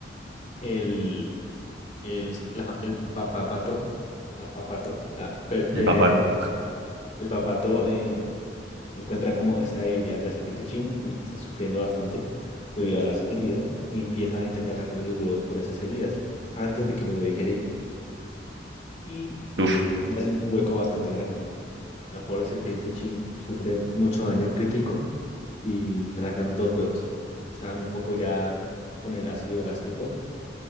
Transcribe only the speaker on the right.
el papato.
Uf,